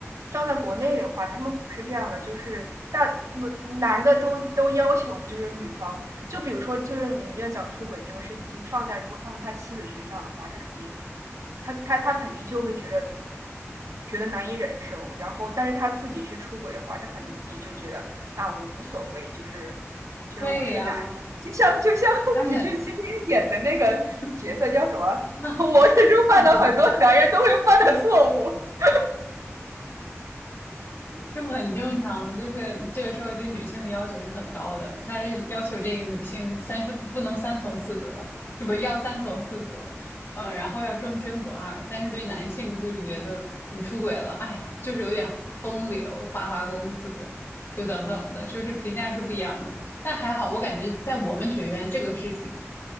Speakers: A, on the right; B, on the left.
A: 放在国内的话，他们不是这样的，就是大不男的都都要求就是女方，就比如说就是你们院长出轨这个事情，就放在如果放在他妻子身上的话，他肯定他他他肯定就会觉得觉得难以忍受，然后但是他自己去出轨的话，他可能自己就觉得啊我无所谓，就是就是我是个男的嘛就像就像古巨基之前演的那个角色叫什么？
B: 对呀，而且，嗯，那
A: <laughs> 我始终犯了很多男人都会犯的错误。
B: 那不能。
A: <laughs>
B: 这不很正常吗？就是这个社会对女性的要求是很高的，他要求这个女性三从不能三从四德，不要三从四德，嗯、然后要忠贞不二。但是对男性就是觉得你出轨了，哎呀，就是有点风流花花公子，就等等的，就是评价是不一样的。但还好，我感觉在我们学院这个事情